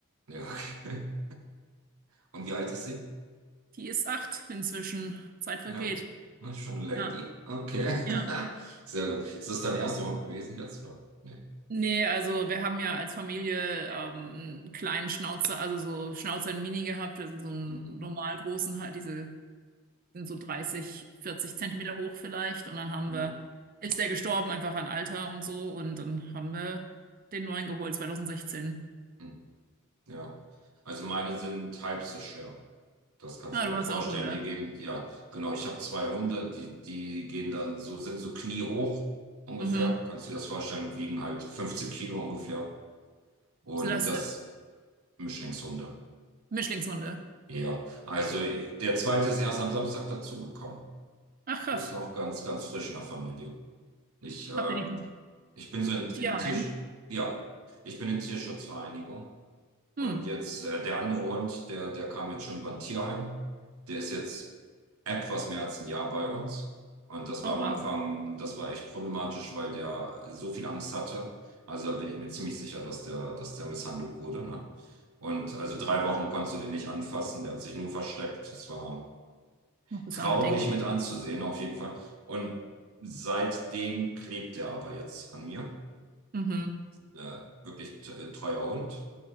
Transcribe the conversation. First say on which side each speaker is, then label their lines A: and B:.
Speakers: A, on the right (about 85°); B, on the right (about 40°).
A: Ja, okay. <laughs> Und wie alt ist sie?
B: Die ist acht inzwischen. Zeit vergeht.
A: Ja, das ist schon eine
B: Ja,
A: Lady. Okay.
B: ja.
A: <laughs> Sehr gut. Ist das dein erster Hund gewesen jetzt, oder? Nee.
B: Nee, also wir haben ja als Familie ähm, einen kleinen Schnauzer, also so Schnauzer in Mini gehabt, also so einen
A: Hm,
B: normal großen halt, diese sind so 30, 40 Zentimeter hoch vielleicht. Und dann haben
A: hm,
B: wir, ist der gestorben, einfach an Alter und so. Und dann haben wir den neuen geholt, 2016.
A: hm. Ja. Also meine sind halb so schwer. Das kannst
B: Ah,
A: du dir
B: du
A: dann
B: hast
A: vorstellen.
B: auch Hunde.
A: Die gehen, ja, genau, ich habe zwei Hunde, die, die gehen dann so, sind so kniehoch ungefähr.
B: Mhm.
A: Kannst du dir das vorstellen? Wiegen halt 15 Kilo ungefähr. Und
B: Sind das
A: das Mischlingshunde.
B: Mischlingshunde?
A: Ja. Also der zweite ist erst am Samstag dazugekommen.
B: Ach krass.
A: Ist noch ganz, ganz frisch in der Familie. Ich, ähm,
B: Habt ihr die vom
A: ich bin so in,
B: vom
A: in
B: Tierheim?
A: Tier, ja, ich bin in Tierschutzvereinigung. Und
B: Hm.
A: jetzt äh, der andere Hund, der, der kam jetzt schon über ein Tierheim. Der ist jetzt etwas mehr als ein Jahr bei uns. Und das
B: Oh
A: war am
B: wow.
A: Anfang, das war echt problematisch, weil der so viel Angst hatte. Also da bin ich mir ziemlich sicher, dass der, dass der misshandelt wurde, ne? Und also drei Wochen konntest du den nicht anfassen, der hat sich nur versteckt. es war
B: Ach, Das
A: traurig
B: arme Ding.
A: mit anzusehen, auf jeden Fall. Und seitdem klebt er aber jetzt an mir.
B: Mhm.
A: Äh, wirklich t- äh, treuer Hund,